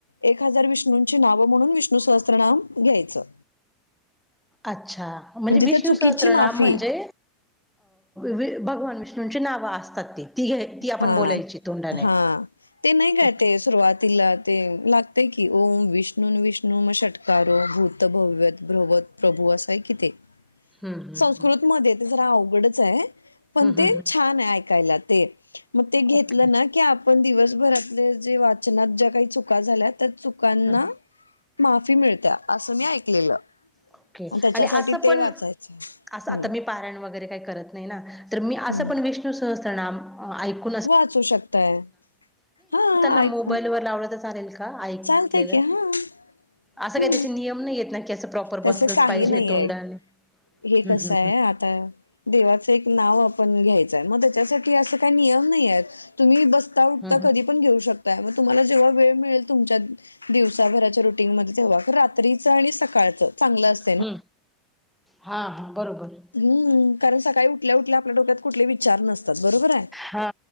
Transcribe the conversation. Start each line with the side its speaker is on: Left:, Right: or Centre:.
Left: एक हजार विष्णूंची नावं म्हणून विष्णू सहस्त्रनाम घ्यायचं
Centre: अच्छा म्हणजे विष्णु
Left: त्या चुकीची
Centre: सहस्त्र
Left: माफी
Centre: नाम म्हणजे वि भगवान विष्णूंची नावं असतात ती घ्या ती आपण
Left: हा
Centre: बोलायची तोंडाने
Left: हा ते नाही काते
Centre: ओके
Left: सुरुवातीला ते लागते की ओम विष्णूंून विष्णू म षटकारो भूत भव्यत भ्रवत प्रभूअसय किती
Centre: हम्म हम्म
Left: संस्कृतमध्ये
Centre: हम्म
Left: ते जरा अवघडच आहे पण
Centre: हम्म
Left: ते
Centre: हम्म
Left: छान आहे ऐकायला ते मग ते घेतलं
Centre: ओके
Left: ना की आपण दिवसभरातले जे वाचनात ज्या काही चुका झाल्या त्या च लकांना
Centre: हं
Left: माफी मिळत्या असं मी ऐकलेलं
Centre: ओके
Left: त्याच्यासाठी
Centre: आणि असं
Left: ते
Centre: पण
Left: वाचायचं
Centre: असं
Left: हम्म
Centre: आता मी पारयण वगैरे काही करत नाही ना तर मी असं
Left: हम्म
Centre: पण विष्णू सहस््रनाम ऐक
Left: वाचू शकताय हा
Centre: ना
Left: ऐकून
Centre: मो का ऐकलेलं
Left: चालतय की हा हम्म
Centre: असं काही त्याचे नियम नाही येत ना की असं प्रॉपर
Left: तसं
Centre: बसलंच
Left: काही
Centre: पाहिजे
Left: नाहीये
Centre: तोंडाने
Left: हे
Centre: हं
Left: कसं
Centre: हं
Left: आहे
Centre: हं
Left: आता देवाचं एक नाव आपण घ्यायचंय मग त्याच्यासाठी असं काही नियम नाही आहेत तुम्ही बसता उठता
Centre: हं हं
Left: कधी पण घेऊ शकताय मग तुम्हाला जेव्हा वेळ मिळेल तुमच्या दिवसाभराच्या रुटीनमध्ये तेव्हा रात्रीच आणि सकाळचं चांगलं असत
Centre: ह हां हां बरोबर
Left: हम्म कारण सकाळी उठल्या उठल्या आपल्या डोक्यात कुठलेही विचार नसतात बरोबर आहे
Centre: हा